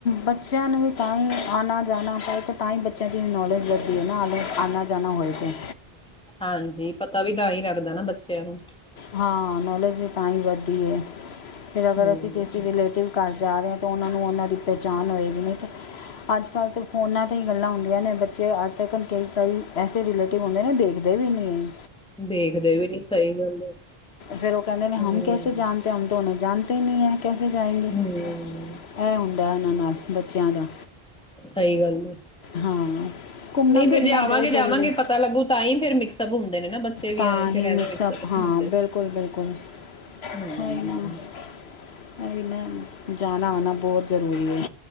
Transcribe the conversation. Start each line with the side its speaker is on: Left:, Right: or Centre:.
Left: ਬੱਚਿਆਂ ਨੂੰ ਵੀ ਤਾਂ ਹੀ ਆਣਾ ਜਾਣਾ ਪਏਗਾ। ਤਾਂ ਹੀ ਬੱਚਿਆਂ ਦੀ ਨੌਲੇਜ ਵਧਦੀ ਹੈ ਨਾ ਆਲੇ ਆਨਾ ਜਾਣਾ ਹੋਏ ਵੇ
Centre: ਹਾਂਜੀ ਪਤਾ ਵੀ ਤਾਂ ਹੀ ਲੱਗਦਾ ਨਾ ਬੱਚੇ ਬੱਚਿਆਂ ਨੂੰ
Left: ਹਾਂ ਨੌਲੇਜ ਵੀ ਤਾਂ ਹੀ ਵੱਧਦੀ ਹੈ। ਫਿਰ ਅਗਰ
Centre: ਹੂੰ।
Left: ਅਸੀਂ ਕਿਸੇ ਰਿਲੇਟਿਵ ਘਰ ਜਾ ਰਹੇ ਹ ਤਾਂ ਉਹਨਾਂ ਨੂੰ ਉਹਨਾਂ ਦੀ ਪਹਿਚਾਣ ਹੋਏਗੀ ਨਹੀਂ ਅੱਜ ਕੱਲ੍ਹ ਤਾਂ ਫੋਨਾਂ ਤੇ ਹੀ ਗੱਲਾਂ ਹੁੰਦੀਆਂ ਨੇ ਬੱਚੇ ਅੱਜ ਤੱਕ ਕਈ ਕਈ ਐਸੇ ਰਿਲੇਟਿਵ ਹੁੰਦੇ ਨੇ ਦੇਖਦੇ ਵੀ ਨਹੀਂ ਹੈ।
Centre: ਦੇਖਦੇ ਵੀ ਨੀ ਸਹੀ। ਗੱਲ ਹੈ
Left: ਫੇਰ ਉਹ ਕਹਿੰਦੇ ਨੇ ਹਮ
Centre: ਹੂੰ
Left: ਕੈਸੇ ਜਾਣਤੇ ਤੇ ਹਮ ਤੋ ਓਣੇੇ ਜਾਣਤੇ <unintelligible> ਕੈਸੇ ਜਾਏਗੇ
Centre: ਹੂੰ।
Left: ਇਹ ਹੁੰਦਾ ਐ। ਨਾਲ ਬੱਚਿਆਂ ਦਾ
Centre: ਸਹੀ ਗੱਲ ਆ
Left: ਹਾਂ ਘੁੰਮਣਾ
Centre: ਨਹੀਂ
Left: ਫਿਰਨਾ
Centre: ਫੇਰ ਜੇ ਆਵਾਂਗੇ
Left: ਬਹੁਤ ਜ਼ਰੂਰੀ
Centre: ਜਾਵਾਂਗੇ ਪਤਾ ਲੱਗੂ ਤਾਂ ਹੀ ਫੇਰ ਮਿਕਸਪ ਹੁੰਦੇ ਨੇ। ਨਾ ਬੱਚੇ ਵੀ
Left: ਤਾਂ
Centre: ਆਏ
Left: ਹੀ
Centre: ਫੇਰ
Left: ਮਿਕਸਅਪ
Centre: ਐਵੇਂ ਨਹੀਂ
Left: ਹਾਂ
Centre: ਹੁੰਦੇ।
Left: ਬਿਲਕੁਲ ਬਿਲਕੁਲ
Centre: ਹੂੰ
Left: ਹੀ ਨਾਹੀ ਨਾ। ਜਾਣਾ ਆਣਾ ਬਹੁਤ ਜ਼ਰੂਰੀ ਹੈ।